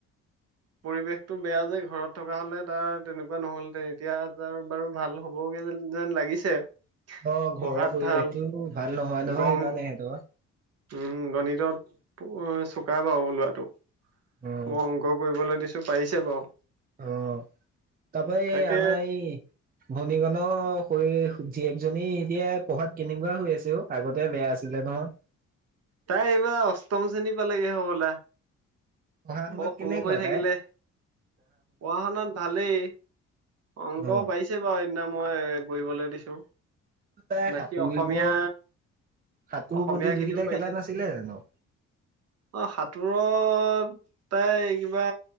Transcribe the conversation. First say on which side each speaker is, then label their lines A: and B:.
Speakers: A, on the right; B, on the right.
A: পৰিৱেশটো বেয়া যে ঘৰত থকা হলে তাৰ তেনেকোৱা নহ'লহেঁতেন এতিয়া তাৰ বাৰু ভাল হ'বগে যেন লাগিছে।
B: অ
A: পঢ়াত
B: ঘৰৰ পৰিৱেশটো
A: ভাল
B: ভাল নহয় নহয়
A: গং
B: ইমান হেঁতৰ।
A: উম গণিতত পো চোকা বাও লৰাটো।
B: অ',
A: মই অংক কৰিবলে দিছো পাৰিছে বাৰু।
B: অ তাপা
A: তাকে
B: এই আমা এই ভনীকণ হৈ জীয়েকজনী এতিয়া পঢ়াত কেনেকুৱা হৈ আছে অ, আগতে বেয়া আছিলে নহয়।
A: তাই এইবাৰ অষ্টম শ্ৰেণী পালেগে হবলা।
B: পঢ়া শুনাত
A: বৰ সৰু
B: কেনেকুৱা
A: হৈ থাকিলে
B: তাই?
A: পঢ়া শুনাত ভালেই। অংক
B: অ',
A: পাৰিছে বাও সেইদিনা মই কৰিবলে দিছো।
B: তাই
A: বাকী
B: সাঁতুৰিব,
A: অসমীয়া
B: সাঁতোৰ
A: অসমীয়া
B: প্ৰতিযোগিতা
A: খিনিও পাৰিছে
B: খেলা নাছিলে জানো?
A: অ সাঁতোৰত তাই কিবা